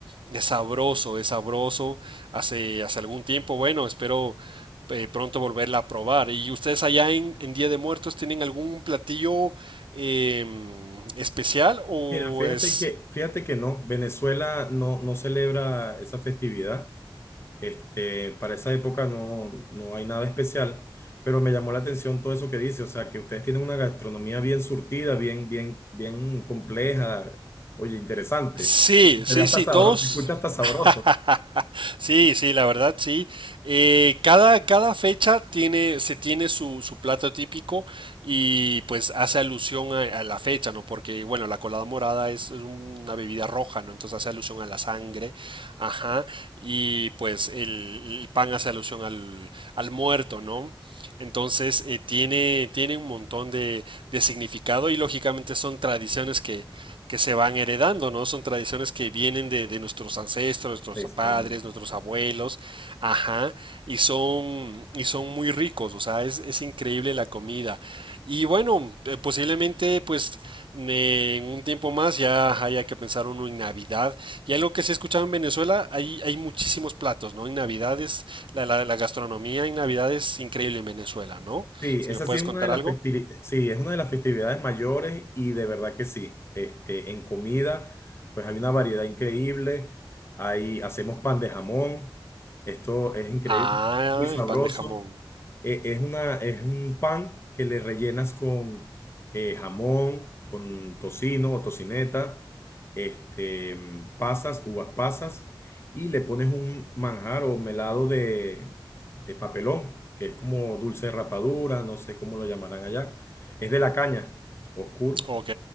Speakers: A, on the right; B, on the left.
A: es sabroso, es sabroso. Hace, hace algún tiempo, bueno, espero eh, pronto volverla a probar. ¿Y ustedes allá en, en Día de Muertos tienen algún platillo eh, especial o
B: Mira, fíjate
A: es...
B: que, fíjate que no, Venezuela no, no celebra esa festividad. Este, para esa época no, no hay nada especial, pero me llamó la atención todo eso que dice, o sea, que ustedes tienen una gastronomía bien surtida, bien, bien, bien compleja, oye, interesante.
A: Sí,
B: Se
A: sí,
B: ve hasta
A: sí,
B: sabroso,
A: todos
B: se escucha hasta
A: <laughs>
B: sabroso.
A: Sí, sí, la verdad, sí. Eh, cada, cada fecha tiene, se tiene su, su plato típico y pues hace alusión a, a la fecha, ¿no? Porque, bueno, la colada morada es, es una bebida roja, ¿no? Entonces hace alusión a la sangre, ajá, y pues el, el pan hace alusión al, al muerto, ¿no? Entonces, eh, tiene, tiene un montón de, de significado y lógicamente son tradiciones que, que se van heredando, ¿no? Son tradiciones que vienen de, de nuestros ancestros, nuestros
B: Hispánico,
A: padres, nuestros
B: sí.
A: abuelos, ajá, y son, y son muy ricos, o sea, es, es increíble la comida. Y bueno, eh, posiblemente pues eh, en un tiempo más ya haya que pensar uno en Navidad. Y algo que se escuchaba en Venezuela, hay, hay muchísimos platos, ¿no? En Navidad es, la, la, la gastronomía en Navidad es increíble en Venezuela, ¿no?
B: Sí,
A: Si
B: esa
A: me puedes
B: sí es
A: contar
B: una de las
A: algo.
B: festivi- sí, es una de las festividades mayores y de verdad que sí. Este, en comida, pues hay una variedad increíble. Ahí hacemos pan de jamón. Esto es increíble,
A: Ah,
B: muy sabroso
A: el pan de jamón.
B: eh, es una, es un pan que le rellenas con eh, jamón, con tocino o tocineta, este, mm, pasas, uvas pasas, y le pones un manjar o melado de, de papelón, que es como dulce de rapadura, no sé cómo lo llamarán allá. Es de la caña, oscuro.
A: Ok.